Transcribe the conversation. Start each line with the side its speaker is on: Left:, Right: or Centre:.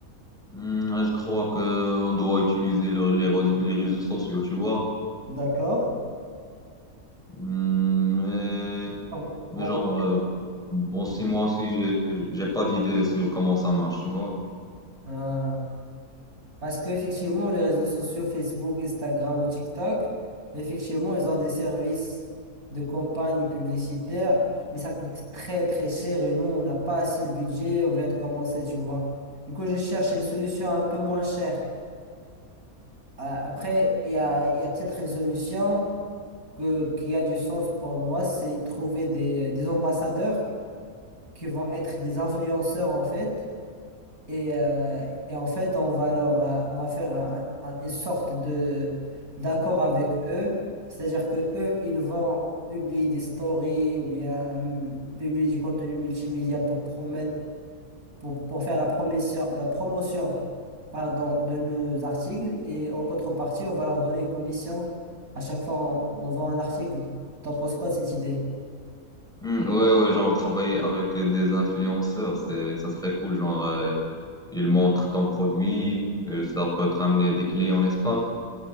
Centre: Hmm, je crois que on doit utiliser le- les, re- les réseaux sociaux, tu vois.
Right: D'accord.
Centre: Hmm,
Right: On-
Centre: Mais
Right: on-
Centre: genre, euh, bon, si moi aussi, j'ai j'ai pas d'idée sur comment ça marche, tu vois.
Right: Ah, parce qu'effectivement, les réseaux sociaux, Facebook, Instagram ou TikTok, effectivement, ils ont des services de campagne publicitaire, mais ça coûte très très cher et nous, on n'a pas assez le budget, on vient de commencer, tu vois. Du coup, je cherche une solution un peu moins chère. Ah, Après, il y a, il y a peut-être une solution que, qui a du sens pour moi, c'est trouver des, des ambassadeurs qui vont être des influenceurs en fait Et, euh, et en fait, on va leur, euh, on va faire un- un- une sorte de d'accord avec eux. C'est-à-dire que eux, ils vont publier des stories ou bien hum, publier du contenu multimédia pour promettre, pour, pour faire la promotion, la promotion, pardon, de nos articles. Et en contrepartie, on va leur donner une commission. À chaque fois, on, on vend un article. T'en penses quoi de cette idée?
Centre: Hmm, ouais, ouais, genre, travailler avec des influenceurs, c'est, ça serait cool. Genre, euh, ils montrent ton produit, euh, ça peut te ramener des clients, n'est-ce pas?